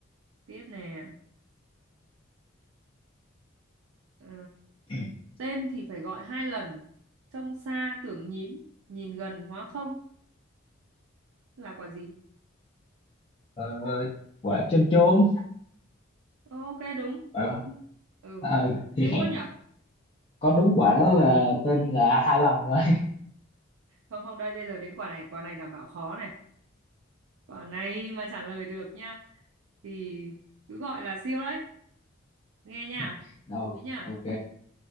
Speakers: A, on the right (about 80°); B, on the left (about 25°).
A: tiếp nè Ờ,
B: <clears throat>
A: tên thì phải gọi hai lần trông xa tưởng nhím nhìn gần hóa không là quả gì
B: ờ, quả chôm chôm
A: ok đúng
B: quả
A: ừ
B: ừ thì
A: dễ
B: <laughs>
A: quá nhở
B: có đúng quả đó là tên
A: <laughs>
B: là hai lần rồi
A: không không đây bây giờ đến quả này quả này đảm bảo khó này quả này mà trả lời được nhá thì cứ gọi là siêu đấy Nghe nha,
B: <laughs> đâu
A: chú ý nha.
B: ok